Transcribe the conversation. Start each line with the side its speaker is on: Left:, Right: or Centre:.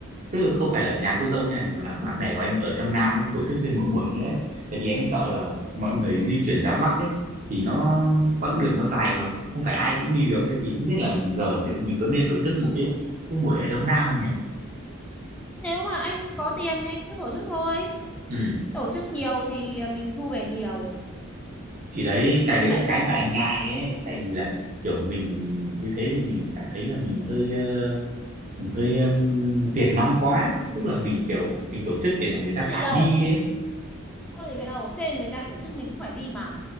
Right: tức là không phải là nhà cô dâu nha mà là bạn bè của anh ở trong Nam ấy tổ chức thêm một buổi nữa ấy. tại vì anh sợ là mọi người di chuyển ra Bắc ấy thì nó quãng đường nó dài mà không phải ai cũng đi được ấy thì không biết là giờ liệu mình có nên tổ chức một cái cái buổi ở trong Nam không nhỉ
Centre: nếu mà anh có tiền thì anh cứ tổ chức thôi
Right: ừ
Centre: tổ chức nhiều thì mình thu về nhiều
Right: thì đấy cái đấy
Centre: tại
Right: là
Centre: vì
Right: cái mà anh ngại ấy tại vì là kiểu mình như thế thì mình cảm thấy là mình hơi mình hơi um, tiền nong quá tức là mình kiểu mình tổ chức để mà người ta
Centre: có gì
Right: phải
Centre: đâu
Right: đi ấy
Centre: có gì đâu thế người ta tổ chức mình cũng phải đi mà